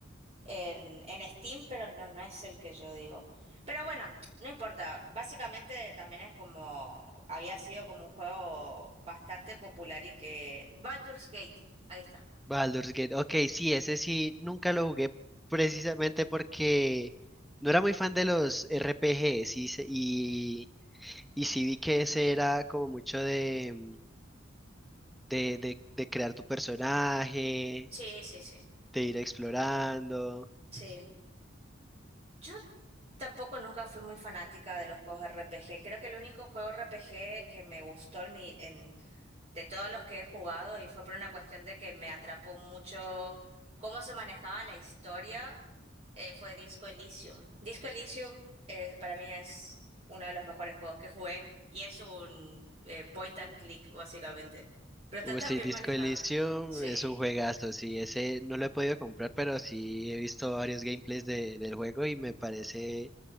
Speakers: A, on the right; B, in the centre.
A: En, en Steam, pero no, no es el que yo digo. Pero bueno, no importa. Básicamente también es como. Había sido como un juego bastante popular y que. Baldur's Gate. Ahí está.
B: Baldur's Gate. Ok, sí, ese sí, nunca lo jugué precisamente porque no era muy fan de los RPGs y, se- y, y sí vi que ese era como mucho de, mm, de, de, de crear tu personaje,
A: Sí, sí, sí,
B: de ir explorando.
A: sí. Yo tampoco nunca fui muy fanática de los juegos RPG. Creo que el único juego RPG que me gustó en mi, en, de todos los que he jugado y fue por una cuestión de que me atrapó mucho cómo se manejaba la historia, eh, fue Disco Elysium. Disco Elysium eh, para mí es uno de los mejores juegos que jugué y es un eh, point and click, básicamente. Pero está
B: Uy,
A: tan
B: sí,
A: bien
B: Disco
A: manejado.
B: Elysium
A: Sí.
B: es un juegazo, sí, ese no lo he podido comprar, pero sí he visto varios gameplays de- del juego y me parece